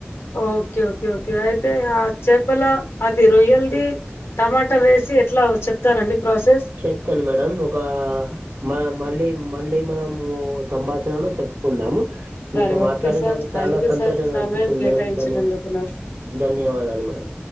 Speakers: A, on the left (about 75°); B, on the right (about 80°).
A: ఓకే ఓకే ఓకే అయితే ఆ చేపల అది రొయ్యల్ది టమాటా వేసి ఎట్లా చెప్తారండి ప్రాసెస్
B: చెప్తాను మేడం ఒక మ మళ్ళీ మళ్ళీ మనము సంభాషణలో చెప్పుకుందాము
A: సరే
B: మీతో
A: ఓకే
B: మాట్లాడి
A: సార్
B: నాకు
A: థ్యాంక్
B: చాలా
A: యూ
B: సంతోషంగా
A: సార్ సమయం
B: అనిపించింది
A: కేటాయించినందుకు
B: మేడం ధన్యవా
A: నాకు
B: ధన్యవాదాలు మేడం